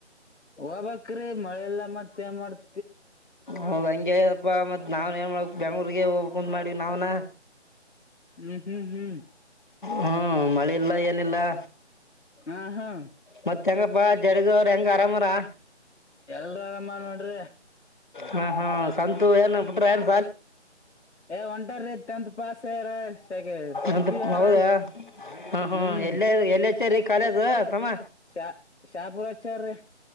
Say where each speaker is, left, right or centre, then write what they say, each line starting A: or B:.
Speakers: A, on the left; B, on the left.
A: ಹೋಗಬೇಕ್ರಿ ಮಳೆಲ್ಲಾ ಮತ್ತೇನ್ ಮಾಡ್ತ
B: ಹೌದ ಹಂಗೆಪ್ಪಾ ಮತ್ ನಾವ್ ಏನ್ ಮಾಡ ಬೆಂಗ್ಳೂರ್ರಿಗೆ ಹೋಗ್ಕಂದ ಮಾಡ್ವಿ ನಾವ್ನ.
A: ಹ್ಮ್ ಹ್ಮ್ ಹ್ಮ್
B: ಹುಂ ಮಳಿ ಇಲ್ಲಾ ಏನಿಲ್ಲಾ
A: ಹಾ ಹಾ
B: ಮತ್ತೆ ಹೆಂಗಪ್ಪಾ ಜಡಗವ್ರ ಹೆಂಗ ಆರಾಮಾರ
A: ಎಲ್ರ ಆರಾಮ ನೋಡ್ರಿ
B: ಹಾ ಹಾ ಸಂತು ಏನಾಗ ಬಿಟ್ರೆನ್
A: ಏ ಒಂಟರೀ ಟೆಂತ್ ಪಾಸ್ ಯಾರ ಫಸ್ಟ್
B: ಎಂತ
A: ಪಿ ಯು ಯಾರ
B: ಹೌದಾ <inaudible> ಹ್ಮ ಹ್ಮ
A: ಹ್ಮ್
B: ಎಲ್ಲೇ ಎಲ್ಲಚರಿ ಕಾಲೇಜ್ ತಮ್ಮ
A: ಶಾ ಶಾಪುರ್ ಹಚ್ಚಾರ್ರಿ